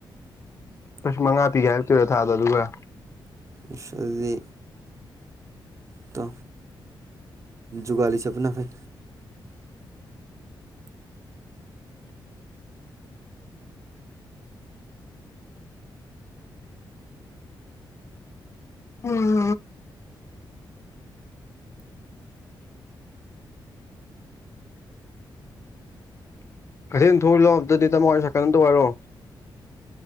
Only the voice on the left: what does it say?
ꯄꯁ ꯃꯉꯥ ꯄꯤꯒꯦ ꯍꯥꯏꯔꯛꯇꯣꯏꯔꯣ ꯊꯥꯗꯣ ꯑꯗꯨꯒꯒ
ꯎꯝ ꯀꯩꯊꯦꯜ ꯊꯣꯛꯏ ꯂꯥꯛꯕꯗꯗꯤ ꯇꯃꯣꯏꯔ ꯁꯛꯀꯟꯝꯇ ꯑꯣꯏꯔꯣ